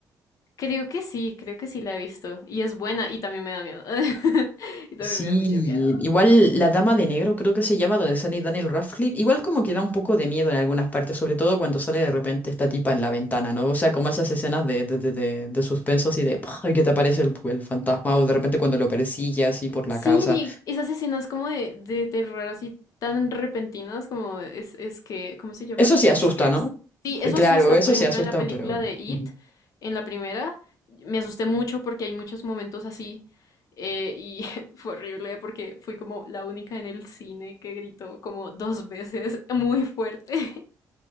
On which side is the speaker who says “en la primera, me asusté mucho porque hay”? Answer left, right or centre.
Left